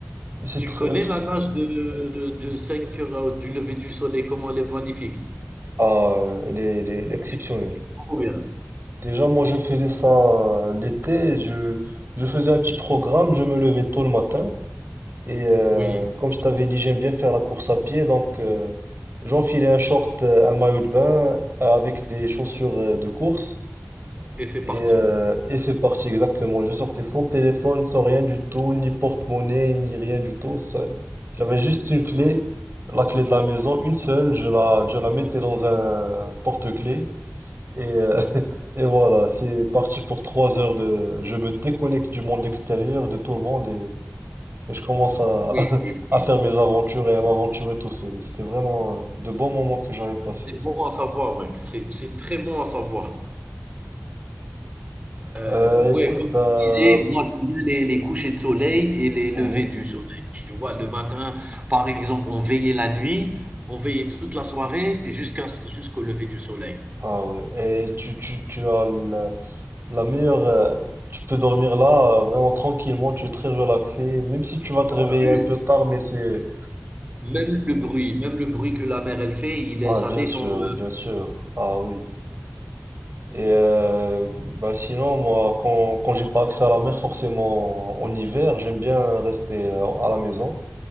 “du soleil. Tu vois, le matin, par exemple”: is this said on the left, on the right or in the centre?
Right